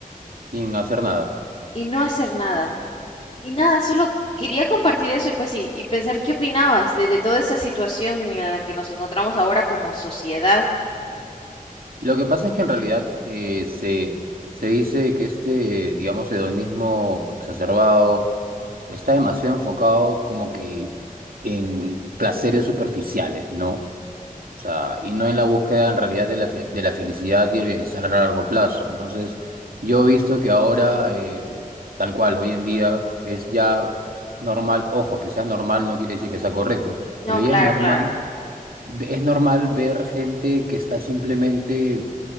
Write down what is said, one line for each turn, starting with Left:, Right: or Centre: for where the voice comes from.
Right: sin hacer nada.
Left: y no hacer nada. Y nada, solo quería compartir eso y pues sí, y pensar qué opinabas de, de toda esa situación en la que nos encontramos ahora como sociedad.
Right: Lo que pasa es que en realidad eh, se, se dice que este, digamos, hedonismo exacerbado está demasiado enfocado como que en placeres superficiales, ¿no? O sea, y no en la búsqueda en realidad de la, fe- de la felicidad y el bienestar a largo plazo. Entonces, yo he visto que ahora, eh, tal cual, hoy en día es ya normal, ojo, que sea normal no quiere decir que sea correcto,
Left: No,
Right: pero ya
Left: claro,
Right: es normal
Left: claro.
Right: ve- Es normal ver gente que está simplemente